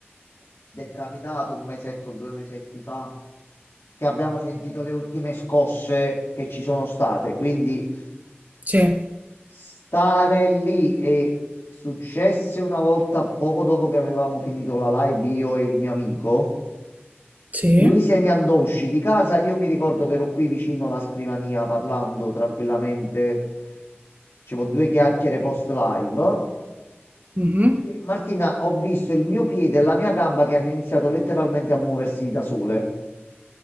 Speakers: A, on the left (about 85°); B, on the right (about 40°).
A: è capitato un mesetto, due mesetti fa, che abbiamo sentito le ultime scosse che ci sono state, quindi
B: Sì.
A: stare lì e successe una volta poco dopo che avevamo finito la live io e il mio amico.
B: Sì.
A: Lui se ne andò, uscì di casa. Io mi ricordo che ero qui vicino alla scrivania parlando tranquillamente. Facevo due chiacchiere post live.
B: Mhm.
A: Martina, ho visto il mio piede e la mia gamba che hanno iniziato letteralmente a muoversi da sole.